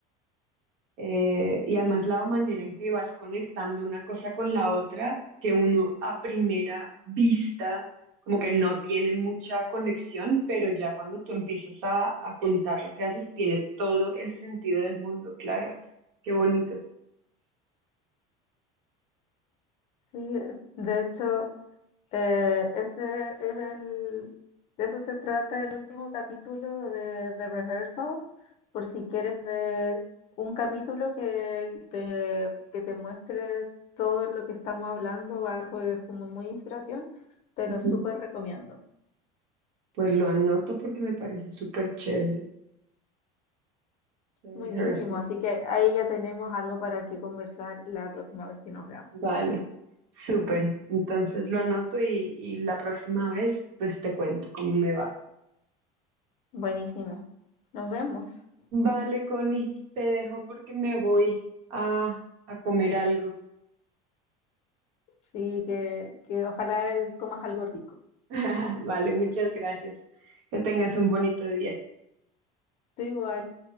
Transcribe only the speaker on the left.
Sí, de hecho, Eh, ese es el, de eso se trata el último capítulo de The Rehearsal, por si quieres ver un capítulo que, te, que te muestre todo lo que estamos hablando, o algo que es como muy inspiración, te
lo súper recomiendo.
Buenísimo, así que ahí ya tenemos algo para que conversar la próxima vez que nos veamos.
Buenísimo, nos vemos.
Sí, que, que ojalá eh, comas algo rico.
Tú igual,